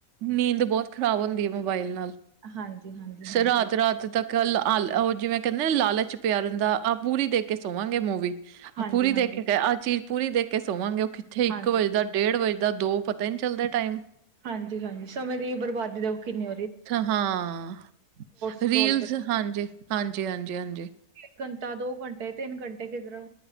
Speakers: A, on the right; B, on the right.
A: ਨੀਂਦ ਬੋਤ ਖ਼ਰਾਬ ਹੁੰਦੀ ਏ ਮੋਬਾਇਲ ਨਾਲ,
B: ਹਾਂਜੀ-ਹਾਂਜੀ-ਹਾਂਜੀ।
A: ਫੇਰ ਰਾਤ-ਰਾਤ ਉ ਜਿਵੇਂ ਕਹਿੰਦੇ ਨਾ ਲਾਲਚ ਪਿਆ ਰਹੰਦਾ ਆ ਪੂਰੀ ਦੇ ਕੇ ਸੋਵਾਂਗੇ ਮੂਵੀ
B: ਹਾਂਜੀ-ਹਾਂਜੀ,
A: ਆ ਪੂਰੀ ਦੇਖ ਕੇ ਆ ਚੀਜ਼ ਪੂਰੀ ਦੇਖ ਕੇ ਸੋਵਾਂਗੇ। ਉ ਕਿੱਥੇ ਇੱਕ
B: ਹਾਂਜੀ,
A: ਵਜੇ ਦਾ ਡੇੜ ਵਜੇ ਦਾ ਦੋ ਪਤਾ ਈ ਨੀਂ ਚੱਲਦਾ ਟਾਈਮ
B: ਹਾਂਜੀ-ਹਾਂਜੀ ਸਮੇਂ ਦੀ ਬਰਬਾਦੀ ਦਾ ਕਿੰਨਾ
A: ਹਾਂ
B: ਸਕਰੋਲ
A: ਰੀਲਸ
B: ਕਰ
A: ਹਾਂਜੀ-ਹਾਂਜੀ-ਹਾਂਜੀ-ਹਾਂਜੀ।
B: ਇੱਕ ਕੱਟਾ ਦੋ ਕੰਟੇ ਤਿੰਨ ਕੰਟੇ ਕਿਧਰੋ